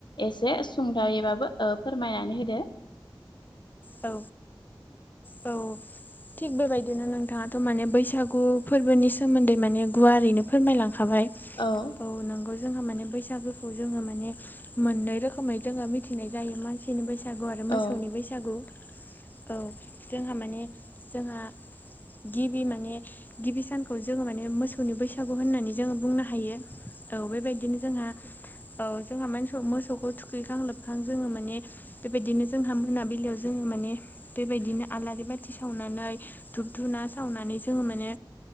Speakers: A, on the left; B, on the left.
A: एसे सुंदयैबाबो फोरमायनानै होदो।
B: औ। औ। थिग बेबायदिनो नोंथाङाथ' माने बैसागु फोरबोनि सोमोन्दै माने गुवारैनो फोरमायलांखाबाय।
A: औ।
B: औ नोंगौ जोंहा माने बैसागोखौ जोङो माने मोननै रोखोमै जोङो मिथिनाय जायो मा खासेनि बैसागु आरो मोसौनि
A: औ
B: बैसागु औ जोंहा माने जोंहा गिबि माने गिबि सानखौ जोङो माने मोसौनि बैसागु होननानै जोङो बुंनो हायो। औ बेबायदिनो जोंहा औ जोंहा मानस मोसौखौ थुखैखां लोबखां जोङो माने बेबायदिनो जोंहा मोनाबिलियाव जोङो माने बेबायदिनो आलारि बाथि सावनानै धुुबधुना सावनानै जोङो माने